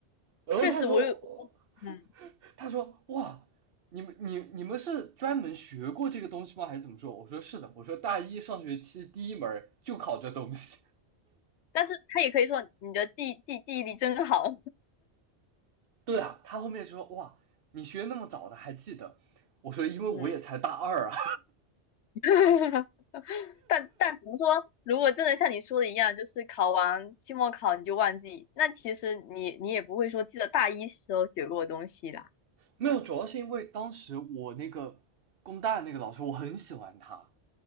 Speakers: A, on the right (about 60°); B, on the left (about 80°).
A: 然后他说，
B: 确实我有，嗯，
A: 他说哇，你们你你们是专门学过这个东西吗？还是怎么说？我说是的，我说大一上学期第一门就考这东西。
B: 但是他也可以说你的记记记忆力真好，
A: 对啊，他后面就说哇，你学那么早的还记得？我说因为我也才大二啊，
B: 嗯，<laughs> 但但怎么说？如果真的像你说的一样，就是考完期末考你就忘记，那其实你你也不会说记得大一时候学过的东西啦。
A: 没有，主要是因为当时我那个工大那个老师我很喜欢他，